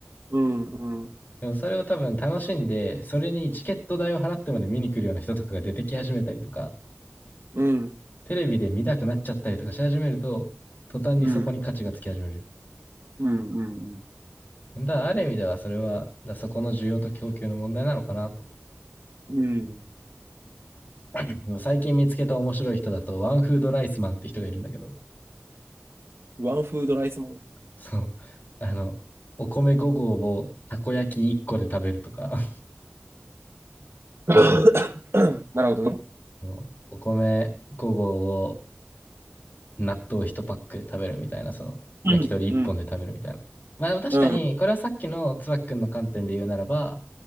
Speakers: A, on the right (about 75°); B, on the left (about 45°).
A: うん、うん、
B: でもそれを多分楽しんで、それにチケット代を払ってまで見に来るような人とかが出てき始めたりとか、
A: うん、
B: テレビで見たくなっちゃったりとかし始めると、途端にそこに価値がつき始める。
A: うん、うん、うん、うん。
B: だからある意味ではそれは、だからそこの需要と供給の問題なのかなと。
A: うん
B: でも最近見つけた面白い人だと、ワンフードライスマンって人がいるんだけど、
A: ワンフードライスマン。
B: そう、<laughs> あの、お米5合をたこ焼き1個で食べるとか、
A: <coughs> なるほどね。
B: <laughs> そうお米5合を納豆1パック食べるみたいな、その、
A: うん、
B: 焼き鳥1本で食べるみたいな。
A: うん、
B: まあでも確かに、
A: うん、
B: これはさっきのつばきくんの観点で言うならば、